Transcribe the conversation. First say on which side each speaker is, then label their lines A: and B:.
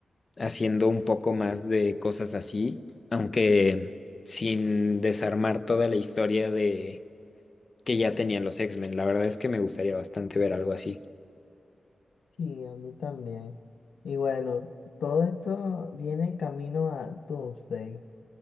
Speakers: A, on the left; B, on the left.
A: haciendo un poco más de cosas así, aunque sin desarmar toda la historia de que ya tenían los X-Men. La verdad es que me gustaría bastante ver algo así.
B: Sí, a mí también. Y bueno, todo esto viene en camino a Doomsday.